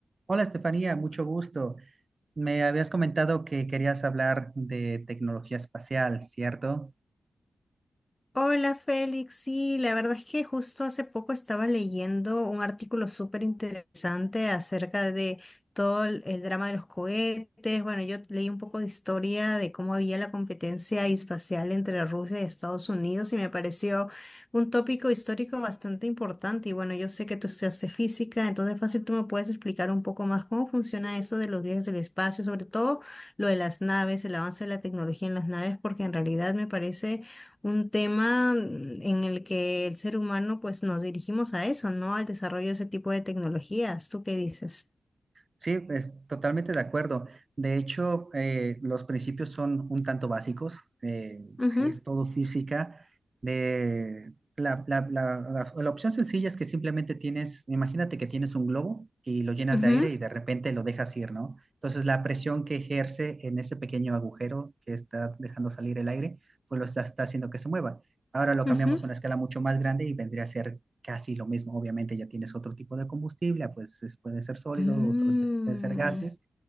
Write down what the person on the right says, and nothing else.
Hola Estefanía, mucho gusto. Me habías comentado que querías hablar de tecnología espacial, ¿cierto?
Sí, es totalmente de acuerdo. De hecho, eh, los principios son un tanto básicos. eh,
es todo física. De la, la- la- la- la opción sencilla es que simplemente tienes, imagínate que tienes un globo y lo llenas
de aire y de repente lo dejas ir, ¿no? Entonces, la presión que ejerce en ese pequeño agujero que está dejando salir el aire, pues lo está, está haciendo que se mueva. Ahora lo
cambiamos a una escala mucho más grande y vendría a ser casi lo mismo, obviamente ya tienes otro tipo de combustible, ah, pues pueden ser sólidos,
otros pues, pueden ser gases,